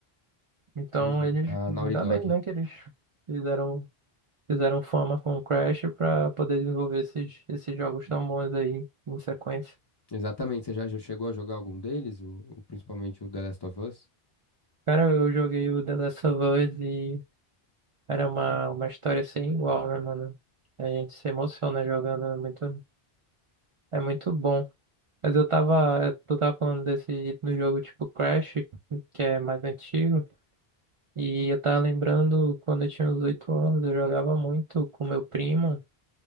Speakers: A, on the right; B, on the left.
A: Então
B: Pois é,
A: eles,
B: a Naughty
A: ainda
B: Dog.
A: bem, né, que eles fizeram, fizeram fama com o Crash pra poder desenvolver esses, esses jogos tão bons aí em sequência.
B: Exatamente, você já já chegou a jogar algum deles, o, o- principalmente o The Last of Us?
A: Cara, eu joguei o The Last of Us e era uma, uma história sem igual, né, mano? A gente se emociona jogando, é muito, é muito bom. Mas eu tava, tu tava falando desse, do jogo tipo Crash, que é mais antigo, e eu tava lembrando quando eu tinha uns 8 anos, eu jogava muito com meu primo.